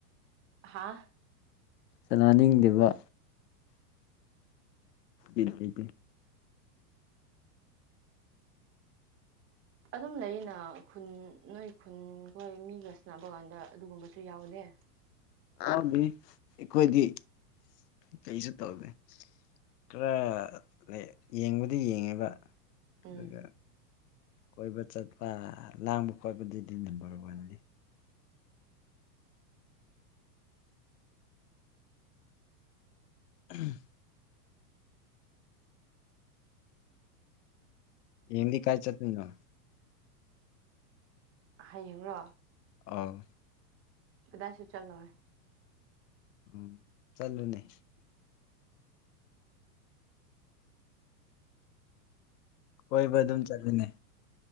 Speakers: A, on the right; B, on the left.
A: ꯍꯥꯥ
B: ꯆꯅꯥꯅꯤꯡꯗꯕ ꯏꯗꯤꯗꯤ
A: ꯑꯗꯨꯝ ꯂꯩꯌꯦꯅ ꯈꯨꯟ ꯅꯣꯏ ꯈꯨꯟꯈꯣꯏ ꯃꯤ ꯔꯁꯅꯥ ꯕꯒꯥꯟꯗ ꯑꯗꯨꯒꯨꯝꯕꯁꯨ ꯌꯥꯎꯗꯦ
B: ꯑ ꯑꯩꯈꯣꯏꯗꯤ ꯀꯩꯁꯨ ꯇꯧꯒꯦ ꯈꯔ ꯂꯩ ꯌꯦꯡꯕꯗꯤ ꯌꯦꯡꯉꯦꯕ ꯑꯗꯨꯒ
A: ꯎꯝ
B: ꯀꯣꯏꯕ ꯆꯠꯄ ꯂꯥꯡꯕ ꯈꯣꯠꯄꯗꯨꯗꯤ ꯅꯝꯕꯔ ꯋꯥꯟꯅꯤ ꯎꯝ ꯍꯦꯝꯗꯤ ꯀꯥꯏ ꯆꯠꯅꯤ ꯅ
A: ꯍꯌꯦꯡ꯭ꯔꯣ
B: ꯑꯥꯎ
A: ꯀꯗꯥꯏꯁꯨ ꯆꯜꯅꯦ
B: ꯎꯝ ꯆꯠꯂꯨꯅꯦ ꯀꯣꯏꯕ ꯑꯗꯨꯝ ꯆꯂꯅꯦ